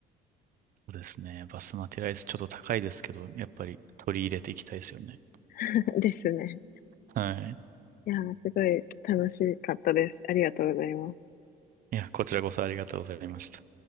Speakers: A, on the right; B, on the left.
A: そうですね。バスマティライスちょっと高いですけど、やっぱり取り入れていきたいですよね。
B: <laughs> ですね。
A: はい。
B: いやー、すごい楽しかったです。ありがとうございます。
A: いや、こちらこそありがとうございました。